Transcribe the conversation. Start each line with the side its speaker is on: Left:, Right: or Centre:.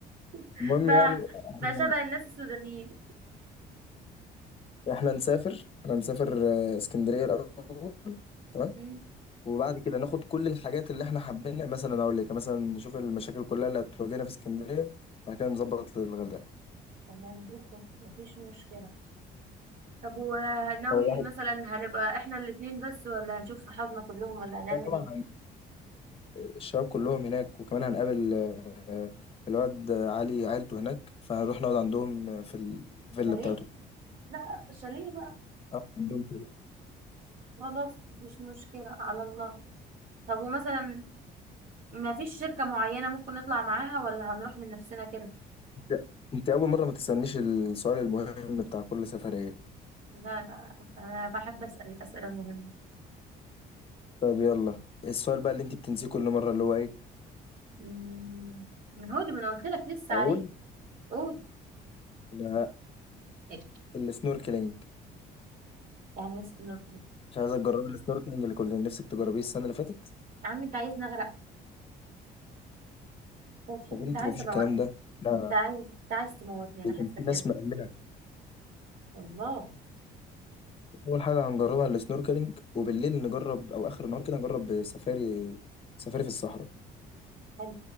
Right: <laughs>
Left: المهم
Right: بقى
Left: يعني احنا
Right: بقى شبه الناس السودانيين
Left: احنا نسافر احنا نسافر آه، اسكندرية الاول تمام
Right: مم.
Left: وبعد كده ناخد كل الحاجات اللي احنا حابين مثلا اقول لك مثلا نشوف المشاكل كلها اللي هتواجهنا في اسكندريه بعد كده نظبط للغردقه
Right: تمام جدا مفيش مشكلة طب وناوي
Left: هو الواحد
Right: مثلا هنبقى احنا الاتنين بس ولا هنشوف صحابنا كلهم ولا هنعمل
Left: طبعا
Right: ايه
Left: هن- الشباب كلهم هناك وكمان هنقابل آه، الواد علي عيلته هناك فهنروح نقعد عندهم في الفيلا
Right: شاليه
Left: بتاعته
Right: لا شاليه بقى
Left: آه، عندهم في-
Right: خلاص مفيش مشكلة على الله طب ومثلا ما فيش شركة معينة ممكن نطلع معاها ولا هنروح من نفسنا كده
Left: انت انت اول مره ما تسالنيش السؤال المهم بتاع كل سفريه
Right: لا لا أنا بحب أسأل الأسئلة المهمة
Left: طب يلا السؤال بقى اللي انت بتنسيه كل مره اللي هو ايه
Right: مم، ما هو دي ما أنا قلت لك لسه
Left: اقول
Right: عليه قول
Left: لا
Right: إيه؟
Left: السنوركلينج
Right: يعني يسكن الكل
Left: مش عايزه تجربي السنوركلينج اللي كنت نفسك تجربيه السنه اللي فاتت
Right: يا عم أنت عايز نغرق أنت
Left: يا
Right: بتحب
Left: بنتي
Right: أنت عايز
Left: مفيش
Right: تموت
Left: الكلام ده لا
Right: أنت عايز أنت عايز تموتني أنا
Left: ده
Right: حاسة
Left: كان في
Right: كده
Left: ناس مأمنة
Right: والله
Left: أول حاجة هنجربها السنوركلينج وبالليل نجرب أو آخر النهار كده نجرب سفاري سفاري في الصحراء
Right: حلو